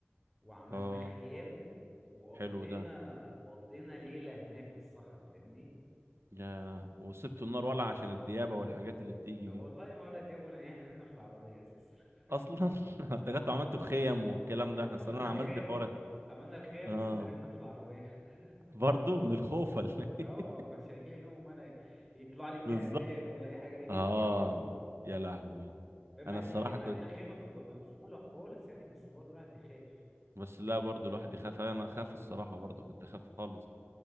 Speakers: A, in the centre; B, on the right.
A: وعملنا
B: اه
A: خيام وقضينا
B: حلو ده
A: وقضينا ليلة هناك في الصحراء فاهمني
B: يا وسبت النار ولع عشان الديابه والحاجات اللي بتيجي
A: والله
B: دي
A: ما ولا دياب ولا إيه، احنا نمنا في العربية اساسا <laughs>
B: اصلا <laughs> أنا افتكرت عملت خيم والكلام ده
A: عملنا
B: اصلا انا
A: الخيم
B: عملت حوار
A: عملنا الخيم
B: اه
A: بس نمنا في العربية <laughs>
B: برضو من الخوف ولا
A: اه
B: إيه؟ <laughs>
A: ما- مش هيجيلي نوم وانا يطلع لي تعبان
B: بالظبط
A: ولا اي حاجة ليه نام
B: اه
A: جنبي
B: يا لهوي
A: فاهم مع
B: انا
A: ان
B: الصراحه
A: مع
B: كنت
A: ان الخيمة بتبقى مقفولة خالص يعني بس برضه الواحد بيخاف
B: بس لا برضو الواحد يخاف انا اخاف الصراحه برضو كنت اخاف خالص